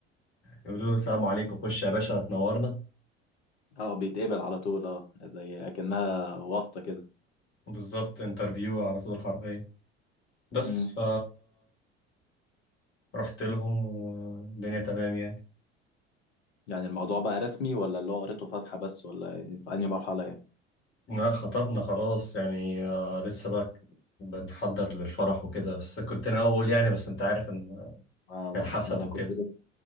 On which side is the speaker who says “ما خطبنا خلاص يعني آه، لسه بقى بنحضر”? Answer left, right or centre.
Left